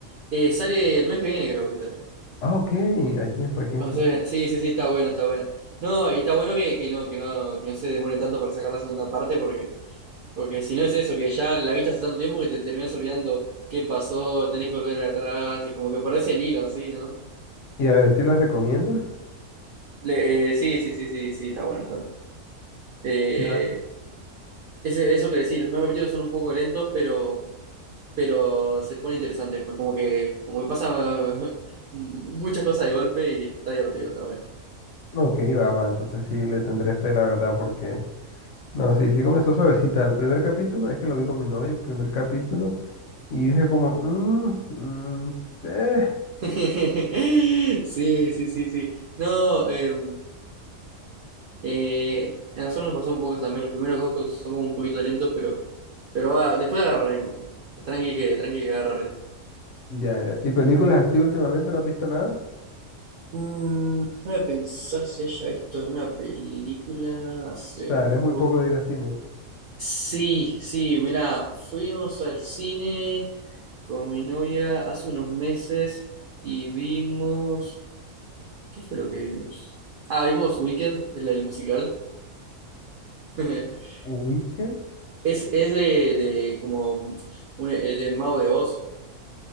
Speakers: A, on the right; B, on the left.
A: eh, sale el mes que viene, creo que sale.
B: Ah, ok, hay tiempo, hay tiempo.
A: O sea, sí, sí, sí, está bueno, está bueno. No, y está bueno que, que no, que no, que no se demoren tanto para sacar la segunda parte, porque, porque si no es eso, que ya la viste hace tanto tiempo que te terminás olvidando qué pasó, tenés que volver atrás, y como que perdés el hilo así, ¿no?
B: Y a ver, si las recomiendas?
A: Le- eh, sí, sí, sí, sí, sí, está bueno, está bueno. Eh,
B: Sí,
A: ese, eso que decís, los primeros capítulos son un poco lentos, pero, pero se pone interesante después, como que, como que pasa <laughs> muchas cosas de golpe y está divertido, está bueno.
B: Ok, va, va, entonces sí le tendré fe, la verdad, porque... No, sí, sí comenzó suavecita. El primer capítulo, es que lo vi con mi novia, el primer capítulo, y dije como, "Mm, mm, eh".
A: <laughs> Sí, sí, sí, sí. No, eh, eh, a nosotros nos pasó un poco también, los primeros dos cos- son como un poquito lentos, pero, pero va- después agarra ritmo. Tranqui que, tranqui que agarra ritmo.
B: Ya, ya. ¿Y películas así últimamente no has visto nada? O
A: Mm, déjame pensar si haya visto alguna película hace
B: sea, eres muy
A: poco.
B: poco de ir al cine.
A: Sí, sí, mirá, fuimos al cine con mi novia hace unos meses y vimos... ¿Qué fue lo que vimos? Ah, vimos Wicked, el, el musical. <laughs>
B: Weekend,
A: Es, es de, de como un, eh, de Mago de Oz.